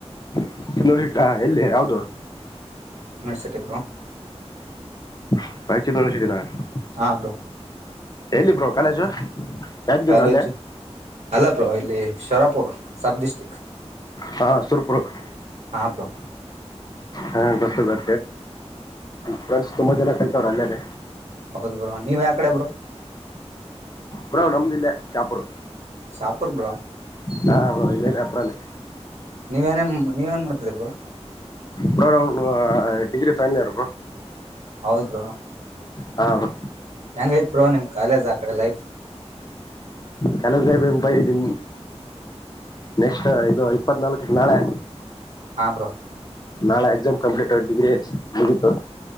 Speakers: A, on the left; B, on the right.
A: <unintelligible> ಎಲ್ಲಿ ಯಾವ್ದೂ
B: <unintelligible> ಬ್ರೋ.
A: <unintelligible>
B: ಹಾ ಬ್ರೋ.
A: ಎಲ್ಲಿ ಬ್ರೋ ಕಾಲೇಜು. ಯಾದಗಿರಿನ
B: ಕಾಲೇಜ್
A: ಅಲ್ಲೇ
B: ಅಲ್ಲ ಬ್ರೋ ಇಲ್ಲಿ ಶರಾ <unintelligible> ಸಬ್ ಡಿಸ್ಟಿಕ್.
A: ಹಾ <unintelligible>
B: ಹಾ ಅಪ್ಪಾ.
A: ಹಾ ಗೊತ್ತ <unintelligible> ಫ್ರೆಂಡ್ ತುಂಬ ಜನ ಕಲ್ತಾವ್ರ ಅಲ್ಲೇನೆ
B: ಹೌದು ಬ್ರೋ ನೀವ್ ಯಾ ಕಡೆ ಬ್ರೋ
A: ಬ್ರೋ ನಮ್ದು ಇಲ್ಲೇ ಶಾಪೂರ
B: ಶಾಪೂರ ಬ್ರೋ
A: ಹಾ ಬ್ರೋ ಇಲ್ಲೆ ಶಾಪುರಣೆ
B: ನೀವೇನೇನ್ ನೀವೇಏನ್ ಮಾಡ್ತಿದಿರಾ ಬ್ರೋ
A: ಬೋ ಡಿಗ್ರಿ ಫೈನಲ್ ಇಯರ್ ಬ್ರೋ
B: ಹೌದ ಬ್ರೋ
A: ಹಾ ಬ್ರೋ
B: ಹೆಂಗೈತ್ ಬೋ ನಿಮ್ ಕಾಲೇಜ್ ಆ ಕಡೆ ಲೈಫ್
A: ಕೆಲಾಸಾ ಬೈ ನಿ ನೆಕ್ಸ್ಟ್ ಇದು ಇಪ್ಪತ್ನಾಲ್ಕಕ್ ನಾಳೆ
B: ಹಾ ಬ್ರೋ
A: ನಾಳೆ ಎಕ್ಸಾಮ್ ಕಂಪ್ಲೀಟ್ ಆ ಡಿಗ್ರಿ ಮುಗಿತು